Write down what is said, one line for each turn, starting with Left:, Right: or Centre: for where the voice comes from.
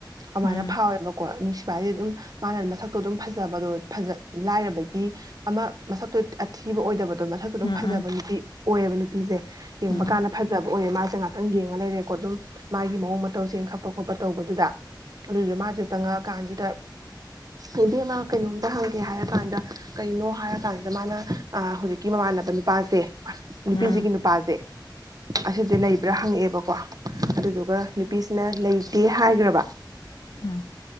Right: ꯑꯃꯥꯏꯅ
Left: ꯎꯝ
Right: ꯐꯥꯎꯋꯦꯕꯀꯣ
Left: ꯎꯝ
Right: ꯅꯨꯡꯁꯤ <unintelligible> ꯑꯗꯨꯝ ꯃꯥꯅ ꯃꯁꯛꯇꯣ ꯑꯗꯨꯝ ꯐꯖꯕꯗꯣ ꯐꯖ- ꯂꯥꯏꯔꯕꯒꯤ ꯑꯃ ꯃꯁꯛꯇꯣ ꯑꯊꯤꯕ ꯑꯣꯏꯗꯕ ꯑꯗꯨ ꯃꯁꯛꯇꯨ ꯑꯗꯨꯝ
Left: ꯎꯝ ꯎꯝ
Right: ꯐꯖꯕ ꯅꯨꯄꯤ ꯑꯣꯏꯑꯦꯕ ꯅꯨꯄꯤꯁꯦ ꯌꯦꯡꯕꯀꯥꯟꯗ
Left: ꯎꯝ ꯎꯝ ꯎꯝ
Right: ꯐꯖꯕ ꯑꯣꯏꯌꯦ ꯃꯥꯁꯦ ꯉꯥꯛꯇꯪ ꯌꯦꯡ <unintelligible> ꯑꯗꯨꯝ ꯃꯥꯒꯤ ꯃꯑꯣꯡ ꯃꯇꯧ ꯆꯦꯡ ꯈꯞꯄ-ꯈꯣꯠꯄ ꯇꯧꯕꯗꯨꯗ <unintelligible> ꯁꯨ ꯃꯥꯁꯤ ꯆꯪꯉꯛꯑꯀꯥꯟꯁꯤꯗ ꯎꯝ ꯏꯕꯦꯃꯥ ꯀꯩꯅꯣꯝꯇ ꯍꯪ ꯑꯦ ꯍꯥꯏꯔꯀꯥꯟꯗ ꯀꯩꯅꯣ ꯍꯥꯏꯔꯀꯥꯟꯁꯤꯗ ꯃꯥꯅ ꯑꯥ ꯍꯧꯖꯤꯛꯀꯤ ꯃꯃꯥꯟꯅꯕ ꯅꯨꯄꯥꯁꯦ ꯅꯨꯄꯤꯁꯤꯒꯤ
Left: ꯎꯝ
Right: ꯅꯨꯄꯥꯁꯦ--ꯑꯁꯤꯁꯦ ꯂꯩꯕ꯭ꯔ ꯍꯪꯉꯛꯑꯦꯕ ꯀꯋꯥ ꯑꯗꯨꯗꯨꯒ ꯅꯨꯄꯤꯁꯤꯅ ꯂꯩꯇꯦ ꯍꯥꯏꯒ꯭ꯔꯕ
Left: ꯎꯝ ꯎꯝ